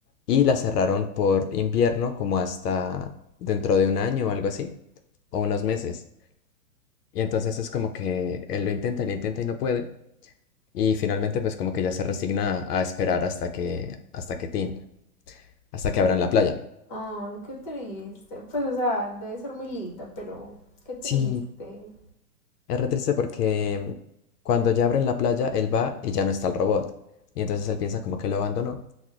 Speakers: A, on the left; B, on the left.
A: y la cerraron por invierno como hasta dentro de un año o algo así, o unos meses. Y entonces es como que él lo intenta, lo intenta y no puede. Y finalmente pues como que ya se resigna a a esperar hasta que, hasta que tin. hasta que abran la playa.
B: ay, qué triste. Pues, o sea, debe ser muy linda, pero qué triste.
A: Sí, es re triste porque mm, cuando ya abren la playa, él va y ya no está el robot. Y entonces él piensa como que lo abandonó.